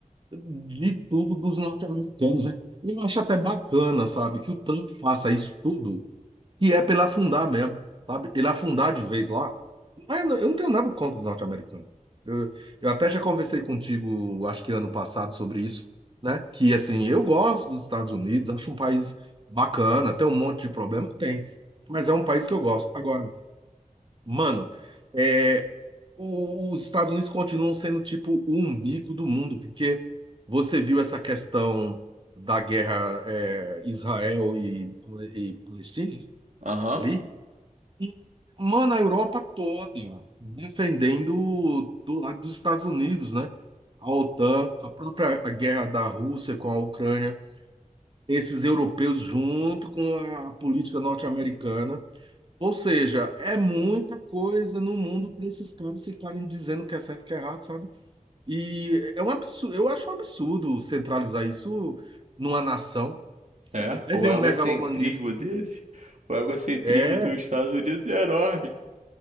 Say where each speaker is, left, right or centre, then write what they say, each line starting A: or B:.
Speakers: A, on the right; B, on the right.
A: de tudo dos norte-americanos, né? Eu acho até bacana, sabe, que o Trump faça isso tudo, e é pela afundar mesmo, sabe? Ele afundar de vez lá. Não é- eu não tenho nada contra o norte-americano. Eu, eu até já conversei contigo, acho que ano passado, sobre isso, né? Que, assim, eu gosto dos Estados Unidos, acho um país bacana, tem um monte de problema, tem, mas é um país que eu gosto. Agora, Mano, é, o- os Estados Unidos continuam sendo tipo o umbigo do mundo, porque você viu essa questão da guerra é, Israel e, e Palestina né,
B: Aham.
A: ali? E, mano, a Europa toda defendendo do lado dos Estados Unidos, né? A OTAN, a própria guerra da Rússia com a Ucrânia, esses europeus junto com a política norte-americana. Ou seja, é muita coisa no mundo para esses caras ficarem dizendo o que é certo e o que é errado, sabe? E é um absurdo, eu acho um absurdo centralizar isso numa nação, sabe?
B: É,
A: Aí
B: o
A: vem
B: egocentrismo
A: um megalomaníaco.
B: deles, o egocentrismo
A: É,
B: dos Estados Unidos é enorme.